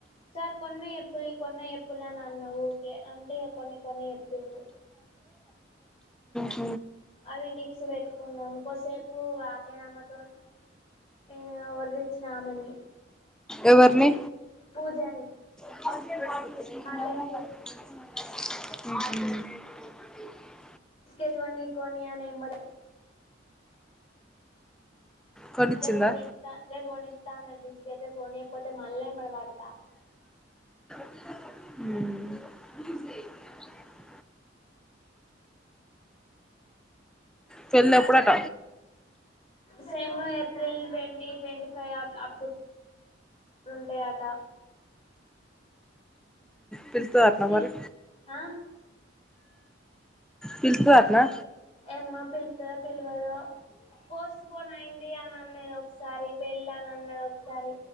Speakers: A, on the left; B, in the centre.
A: సార్ కొన్నే చెప్పుల్లి కొన్నే చెప్పుల్లి అని అన్నా వుకే అంటే ఇగ కొన్ని కొన్ని ఎప్పిండు
B: ఉమ్
A: అవి టిక్స్ పెట్టుకున్నాము. కోసేపు వార్డెనామె తోనీ ఇగ ఒర్రిచ్చిన ఆమేని
B: ఎవరిని
A: పూజని
B: ఉహుం
A: ఆటేన్ పూజ బిస్కెట్ కొని కొని అని ఎంబడ
B: కొనిచ్చిందా
A: రేపు కొనిత్త రేపు కొనిస్తా ఇగ రేపు కొనియకపోతే మల్ల ఎంబడి పడతా
B: మ్ పెళ్లి ఎప్పుడట
A: same April twenty twenty five అ అప్పు ఉంటాయి అట
B: పిల్తదటనా
A: చి
B: మరి
A: ఆ
B: పిల్తదట్నా
A: ఏమో పిలుతదో పిలువదో పోస్ట్ పోన్ అయింది. అని అన్నది ఒకసారి పెళ్ళాని అన్నది ఒకసారి